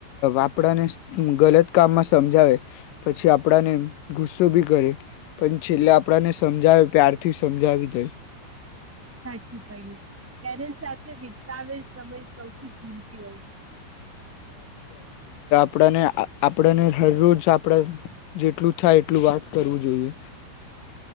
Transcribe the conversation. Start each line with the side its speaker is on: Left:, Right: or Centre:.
Left: આપણાને ગલત કામમાં સમજાવે, પછી આપણાને ગુસ્સો બી કરે, પણ છેલ્લે આપણાને સમજાવે પ્યારથી સમજાવી દે.
Centre: સાચું કહ્યું, પેરેન્ટસ સાથે વિતાવેલ સમય સૌથી કિંમતી હોય છે.
Left: આપને આપણેને હર રોજ આપણે જેટલું થાય એટલું વાત કરવું જોઈએ.